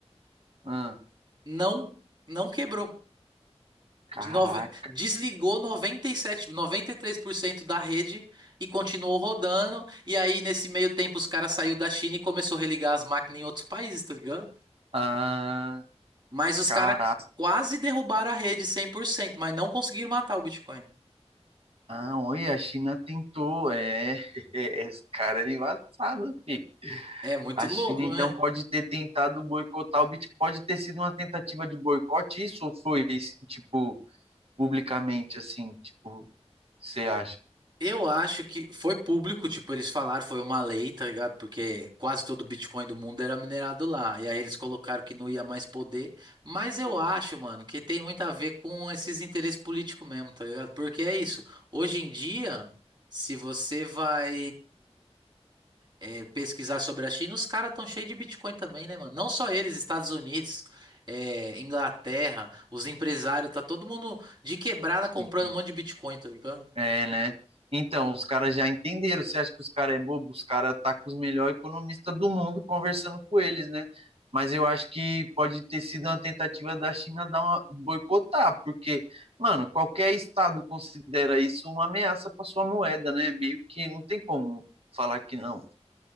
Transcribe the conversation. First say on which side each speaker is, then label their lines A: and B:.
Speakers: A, on the right; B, on the right.
A: Ah,
B: Não, não quebrou.
A: caraca.
B: De nove- Desligou 97, 93% da rede e continuou rodando. E aí, nesse meio tempo, os caras saiu da China e começou a religar as máquinas em outros países, tá ligado?
A: Ah,
B: Mas os
A: caraca.
B: caras quase derrubaram a rede 100%, mas não conseguiram matar o Bitcoin.
A: Ah, olha, a China tentou. É, <laughs> esse cara é embaçado, fi.
B: É muito
A: A
B: louco,
A: China então
B: né?
A: pode ter tentado boicotar o Bitcoin. Pode ter sido uma tentativa de boicote, isso ou foi, tipo, publicamente, assim, tipo, você acha?
B: Eu acho que foi público, tipo, eles falaram, foi uma lei, tá ligado? Porque quase todo o Bitcoin do mundo era minerado lá. E aí eles colocaram que não ia mais poder. Mas eu acho, mano, que tem muito a ver com esses interesses políticos mesmo, tá ligado? Porque é isso. Hoje em dia, se você vai é, pesquisar sobre a China, os caras estão cheios de Bitcoin também, né, mano? Não só eles, Estados Unidos. é, Inglaterra, os empresários, tá todo mundo de quebrada
A: Sim.
B: comprando um monte de Bitcoin, tá ligado?
A: É, né? Então, os caras já entenderam. Você acha que os caras é bobo? Os caras tá com os melhores economistas do mundo conversando com eles, né? Mas eu acho que pode ter sido uma tentativa da China dar uma boicotar, porque, mano, qualquer estado considera isso uma ameaça para sua moeda, né? Meio que não tem como falar que não.